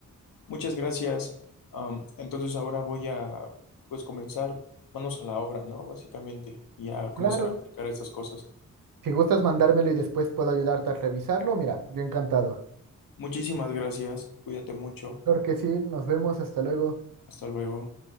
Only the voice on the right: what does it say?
Claro,
si gustas mandármelo y después puedo ayudarte a revisarlo, mira, yo encantado.
Claro que sí, nos vemos, hasta luego.